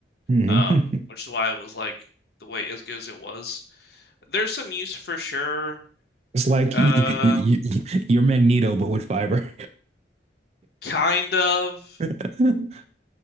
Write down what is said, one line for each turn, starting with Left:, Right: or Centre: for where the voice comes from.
Right: Mhm.
Left: Um, which
Right: <laughs>
Left: is why it was like the way as good as it was. There's some use for sure.
Right: It's like
Left: Uh,
Right: y- y- y- you're Magneto, but with fiber.
Left: kind of.
Right: <laughs> hmm